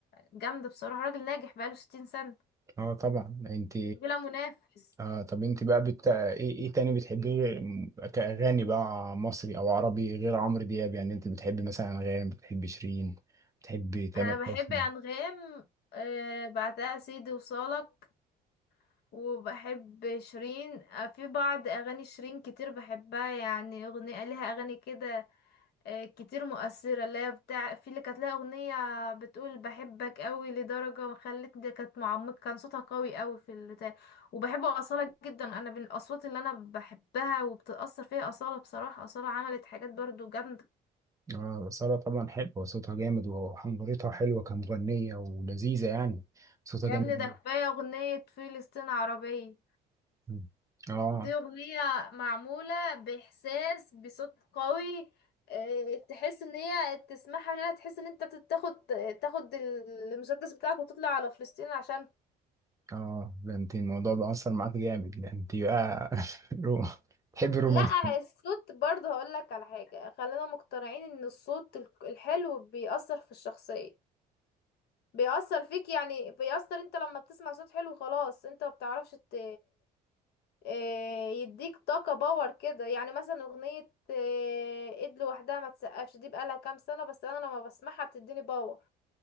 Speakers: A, on the left; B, on the right.
A: جامدة بصراحة راجل ناجح بقاله ستين سنة
B: اه طبعا انت
A: بلا منافس
B: اه طب انت بقى بت... ايه ايه تاني بتحبيه غير- كأغاني بقى مصري او عربي غير عمرو دياب يعني انت بتحبي مثلا انغام بتحبي شيرين بتحبي تامر
A: انا بحب
B: حسني
A: انغام آه، بعدها سيدي وصالك وبحب شيرين آه، في بعض اغاني شيرين كتير بحبها يعني اغنية لها اغاني كده آه، كتير مؤثرة اللي هي بتاع في اللي كانت لها أغنية بتقول بحبك قوي لدرجة وخلتني دي كانت معمق كان صوتها قوي قوي في البتاع وبحب أصالة جدا أنا من الأصوات اللي أنا بحبها وبتأثر فيها أصالة بصراحة أصالة عملت حاجات برضو جامدة
B: اه سارة طبعا حلوة صوتها جامد وحنجرتها حلوة كمغنية ولذيذة يعني صوتها
A: يا
B: جامد
A: ابني ده
B: موت.
A: كفاية أغنية فلسطين عربية
B: مم. اه
A: دي أغنية معمولة بإحساس بصوت قوي آه، تحس ان هي تسمعها ان هي تحس ان انت تاخد تاخد المسدس بتاعك وتطلع على فلسطين عشان
B: اه ده انت الموضوع بقى أثر معاك جامد لأن انت بقى <laughs> رو... تحبي الرومانسي
A: لا الصوت برضه هقولك على حاجة خلينا مقتنعين ان الصوت الك- الحلو بيأثر في الشخصية بيأثر فيك يعني بيأثر انت لما بتسمع صوت حلو خلاص انت ما بتعرفش ت... آه، يديك طاقة باور كده يعني مثلا اغنية آه، ايد لوحدها ما تسقفش دي بقالها كام سنة بس انا لما بسمعها بتديني باور